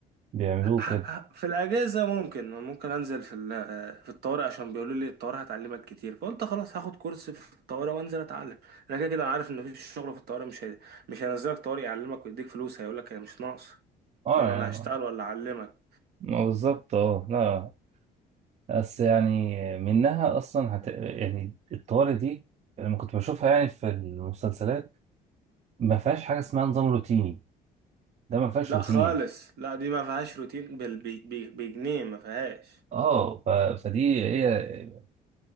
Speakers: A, on the right (about 40°); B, on the right (about 70°).
A: بيعملوه
B: ه-
A: كده
B: ه- في الأجازة ممكن ممكن أنزل في ال- في الطوارئ عشان بيقولوا لي الطوارئ هتعلمك كتير فقلت خلاص هاخد كورس في الطوارئ وأنزل أتعلم أنا كده كده أنا عارف إن مفيش شغل في الطوارئ مش هي... مش هينزلك طوارئ يعلمك ويديك فلوس هيقولك هي مش ناقص فاهم
A: اه
B: أنا
A: يعني
B: هشتغل ولا أعلمك
A: ما بالظبط اه لا بس يعني منها اصلا هت... يعني الطوارئ دي لما كنت بشوفها يعني في المسلسلات ما فيهاش حاجه اسمها نظام روتيني ده ما فيهاش
B: لا
A: روتين
B: خالص لا دي ما فيهاش روتين بال... بي... بي... بجنيه ما فيهاش
A: اه ف... فدي هي